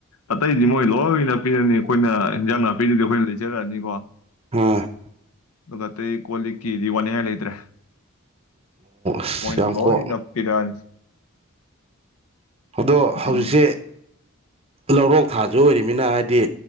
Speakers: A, on the left; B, on the right.
A: ꯑꯇꯩꯗꯤ ꯃꯣꯏ ꯂꯣꯏꯅ ꯄꯤꯔꯅꯤ ꯑꯩꯈꯣꯏꯅ ꯏꯟꯖꯥꯡ ꯅꯥꯄꯤꯔꯤꯗꯤ ꯑꯩꯈꯣꯏꯅ ꯂꯩꯖꯔꯛꯑꯅꯤꯀꯣ
B: ꯑ
A: ꯑꯗꯨꯒ ꯑꯇꯩ ꯀꯣꯜꯂꯤ ꯀꯗꯤ ꯋꯥꯅꯤꯡꯉꯥꯏ ꯂꯩꯇ꯭ꯔꯦ
B: ꯁꯌꯥꯌꯥꯝꯀ
A: ꯃꯣꯏꯅ ꯂꯣꯏꯅ ꯄꯤꯔꯛꯑꯅꯤ
B: ꯑꯗꯣ
A: ꯑꯗꯒꯤ
B: ꯍꯧꯖꯤꯛꯁꯦ ꯂꯧꯔꯣꯛ ꯊꯥꯁꯨ ꯑꯣꯏꯔꯤꯕꯃꯤꯅ ꯍꯥꯏꯕꯗꯤ